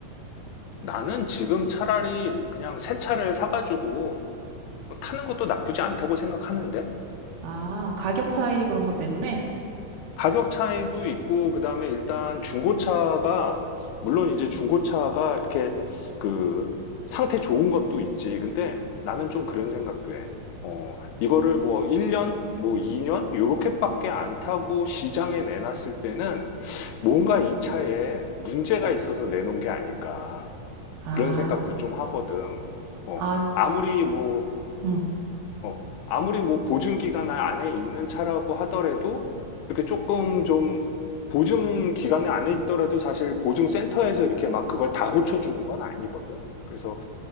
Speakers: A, on the left; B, on the right.
A: 나는 지금 차라리 그냥 새 차를 사가지고 타는 것도 나쁘지 않다고 생각하는데.
B: 아, 가격 차이 그런 것 때문에?
A: 가격 차이도 있고, 그 다음에 일단 중고차가, 물론 이제 중고차가 이렇게 그 상태 좋은 것도 있지. 근데 나는 좀 그런 생각도 해. 어, 이거를 뭐 1년, 뭐 2년, 요렇게밖에 안 타고 시장에 내놨을 때는 뭔가 이 차에 문제가 있어서 내놓은 게 아닐까.
B: 아,
A: 그런 생각도 좀 하거든. 어,
B: 아,
A: 아무리
B: 치-
A: 뭐
B: 응,
A: 어, 아무리 뭐 보증 기간 안에 있는 차라고 하더라도 이렇게 조금 좀 보증 기간 에 안에 있더라도 사실 보증센터에서 이렇게 막 그걸 다 고쳐주는 건 아니거든. 그래서